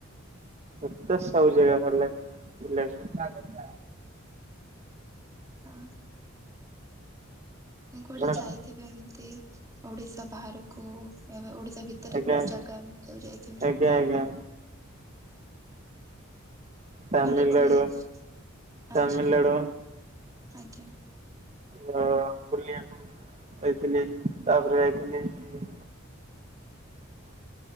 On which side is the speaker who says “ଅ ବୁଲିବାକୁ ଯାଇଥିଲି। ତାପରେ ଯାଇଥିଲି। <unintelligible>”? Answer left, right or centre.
Right